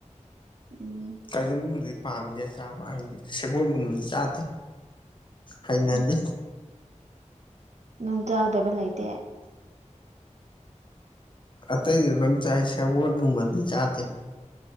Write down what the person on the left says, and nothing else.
ꯀꯩꯒꯨꯝꯒꯨꯝꯕꯗꯤ ꯄꯥꯝꯗꯦ ꯆꯥꯕ ꯍꯥꯏꯗꯤ ꯁꯦꯕꯣꯠꯒꯨꯝꯕꯗꯤ ꯆꯥꯗꯦ ꯍꯩꯅꯗꯦ
ꯑꯇꯩꯗꯤ ꯂꯣꯏ ꯆꯥꯏ ꯁꯦꯕꯣꯠꯒꯨꯝꯕꯗꯤ ꯆꯥꯗꯦ